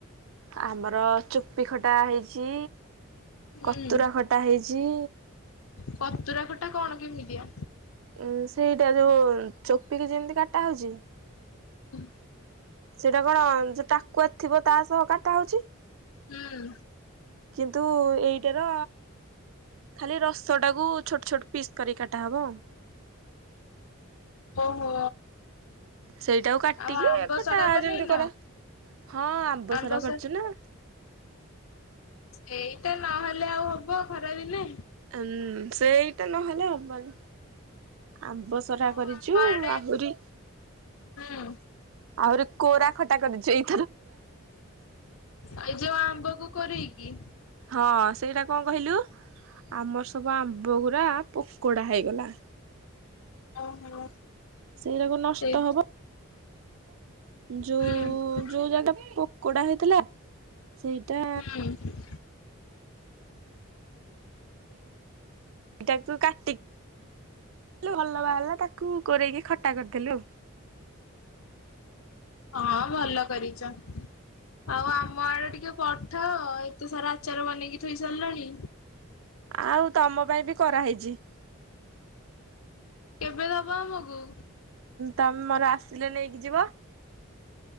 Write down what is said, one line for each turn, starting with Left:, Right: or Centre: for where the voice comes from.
Right: ଆମର ଚୋପି ଖଟା ହେଇଚି।
Left: ହୁଁ
Right: କତୁରା ଖଟା ହେଇଚି।
Left: କତୁରା କଟା କଣ କିମିତିଆ?
Right: ଉଁ ସେଇଟା ଯୋଉ ଚୋପିକି ଯେମିତି କାଟା ହଉଛି।
Left: ହଁ
Right: ସେଇଟା କଣ ଯିଏ ଟାକୁଆ ଥିବ ତାସହ କାଟା ହୋଉଚି
Left: ହୁଁ
Right: କିନ୍ ନ୍ତୁ ଏଇଟାର ଖାଲି ରସଟାକୁୁ ଛୋଟ୍ ଛୋଟ୍ ପିସ୍ କରି କା ଟା ହବ ଆଉ।
Left: ଓହୋ।
Right: ସେଇଟାକୁ କାଟିକି
Left: ଆଉ ଆମ୍ବ
Right: ଖଟା
Left: ସଡା ବନେଇନ
Right: ଯେମିତି କର ହଁ ଆମ୍ବସରା
Left: ଆମ୍ବ
Right: କରଚୁ
Left: ସ
Right: ନା।
Left: ସେଇ ତ ନହେଲେ ଆଉ ହବ ଖରାଦିନେ।
Right: ଅନ୍-ସେଇଟା ନହେଲେ ହବନି। ଆମ୍ବସରା
Left: ଆଉ
Right: କରିଚୁ
Left: ଆମ ଆଡେ
Right: ଆହୁରି
Left: ହୁଁ
Right: ଆହୁରି କୋରା ଖଟା କରିଚୁ ଏଇ
Left: ଏଇ ଯୋଉ ଆମ୍ବକୁ କୋରକି?
Right: ହଁ ସେଇଟା କଣ କହିଲୁ ଆମର ସବୁ ଆମ୍ବଗୁୁରା ପୋକୋଡ଼ା ହେଇଗଲା।
Left: ଓହୋ।
Right: ସେଇରାକ ନଷ୍ଟ
Left: ସେଇ
Right: ହବ ଯୋଉ
Left: ହୁଁ
Right: ଯୋଉ ଜାଗା ପୋକୋଡା ହେଇଥିଲା ସେଇଟା
Left: ହୁଁ
Right: ଏଇଟାକୁ କାଟି ଭଲ ବାହାର ତାକୁ କୋରେଇକି ଖଟା କରିଥିଲୁ।
Left: ହଁ ଭଲ କରିଛ। ଆଉ ଆମ ଆଡେ ଟିକେ ପଠ ଏତେ ସାରା ଆଚାର ବନେଇକି ଥୋଇ ସାରିଲାଣି।
Right: ଆଉ ତମ ପାଇଁ ବି କରାହେଇଛି।
Left: କେବେ ଦବା ଆମକୁ?
Right: ତମେ ମୋର ଆସିଲେ ନେଇକି ଯିବ।